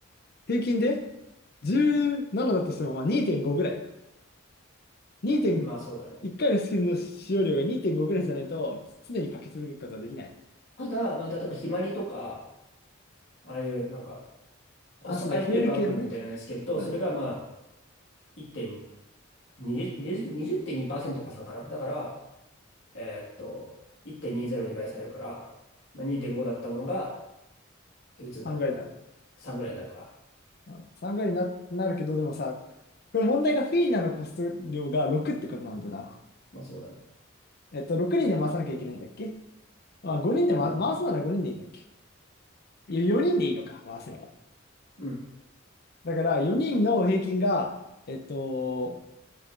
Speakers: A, on the left; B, on the left.
A: 平均で17だとしてもまあ2.5ぐらい。2.1回のスキルの使用量が2.5ぐらいじゃないと、
B: うんまあそうだね。
A: 常にかけ続けることはできない。
B: ただ、まあ例えばひまりとか、ああいうなんか、コスト回復力アップみたいなのつけると、
A: あ、そうね、増える系のね。うん。
B: それがまあ1.20、20 20.2%加算かなだから、えーっと、1.20に倍されるから、まあ、2.5だったものが、いくつになるんだ
A: さんぐら回になる。
B: ?3 ぐらいになるか。
A: うん、さんぐら回にな、なるけど、でもさ、これ問題がフィーナのコスト量が6ってことなんだな。
B: まあそうだね。
A: えっと、6人で回さなきゃいけないんだっけまあ、5人で、
B: うん。
A: ま、回すなら5人でいいんだっけいや、4人でいいのか、回すなら。
B: うん。
A: だから、4人の平均が、えっと、